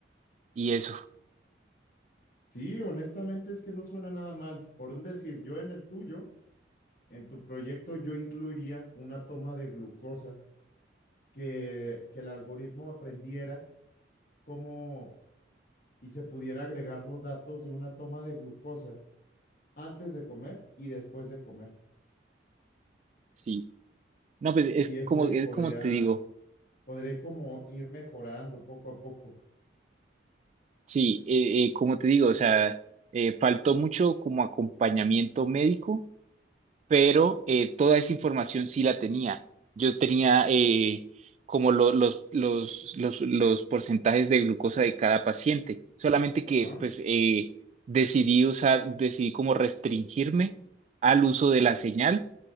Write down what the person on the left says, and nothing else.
Sí, honestamente es que no suena nada mal. Por un decir, yo en el tuyo, en tu proyecto, yo incluiría una toma de glucosa que, que el algoritmo aprendiera cómo y se pudiera agregar los datos de una toma de glucosa antes de comer y después de comer.
Y ese
podría,
podría como ir mejorando poco a poco.
Ajá.